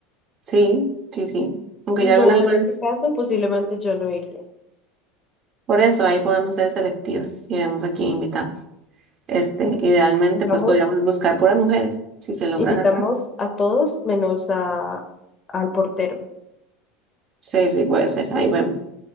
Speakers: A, on the right; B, on the left.
A: sí, sí, sí. Aunque
B: No,
A: ya algunas
B: en
A: veces,
B: ese caso posiblemente yo no iría.
A: por eso ahí podemos ser selectivas y vemos a quién invitamos. Este, idealmente,
B: Dejamos,
A: pues podríamos buscar puras mujeres, si se lograra.
B: invitamos a todos menos a, al portero.
A: Sí, sí, puede ser, ahí vemos.